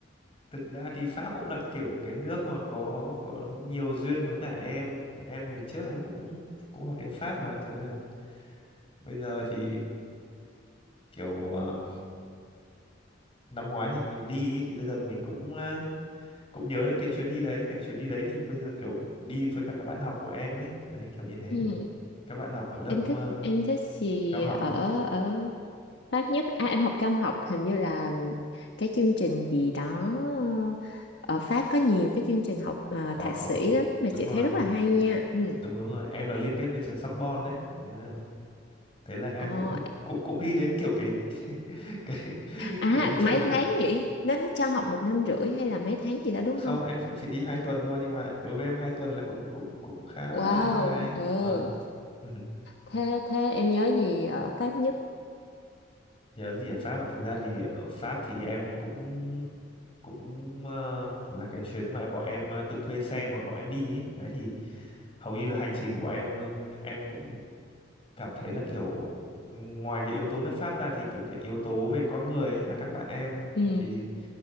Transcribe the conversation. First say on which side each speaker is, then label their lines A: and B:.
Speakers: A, on the left (about 30°); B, on the left (about 60°).
A: thực ra đi Pháp cũng là kiểu cái nước mà có có nhiều duyên với cả em tại em thì trước em cũng cũng học tiếng Pháp mà thế là bây giờ thì kiểu ờ, năm ngoái thì mình đi ý, thì bây giờ mình cũng ờ, cũng nhớ đấy cái chuyến đi đấy kiểu chuyến đi đấy thì bây giờ kiểu đi với cả các bạn học của em ấy Thì đấy kiểu như thế
B: ừ.
A: các bạn học của lớp
B: em thích
A: ờ,
B: em thích gì
A: cao học
B: ở ở Pháp nhất à, em học cao học hình như là cái chương trình gì đó ờ, ở Pháp có nhiều cái chương trình học à,
A: có
B: thạc
A: có
B: sĩ lắm mà chị
A: đúng rồi
B: thấy rất là hay nha ừ.
A: đúng đúng rồi em là liên kết với trường Sorbonne đấy đấy là thế là em
B: Ờ,
A: cũng cũng cũng đi đến kiểu cái <laughs> cái
B: À
A: cái cái trường
B: mấy
A: đấy
B: tháng nhỉ? Nó nó cho học một năm rưỡi hay là mấy tháng gì đó đúng
A: không
B: không?
A: em cũng chỉ đi hai tuần thôi nhưng mà đối với em hai tuần là cũng cũng cũng khá
B: Wow,
A: là hay
B: ừ.
A: và <laughs>
B: Thế thế em nhớ gì ở Pháp nhất?
A: nhớ gì ở Pháp à thực ra thì ở Pháp thì em cũng cũng ờ, là cái chuyến mà bọn em ờ, tự thuê xe mà bọn em đi ấy. Đấy thì hầu như là hành trình của bọn em em cũng cảm thấy là kiểu ừ, ngoài cái yếu tố nước Pháp ra thì kiểu cái yếu tố về con người ấy, là các bạn em
B: Ừ,
A: thì